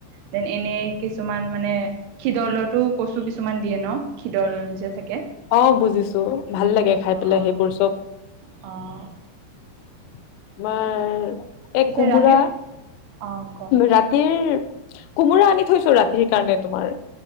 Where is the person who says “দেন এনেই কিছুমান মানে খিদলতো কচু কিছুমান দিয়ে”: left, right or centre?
Right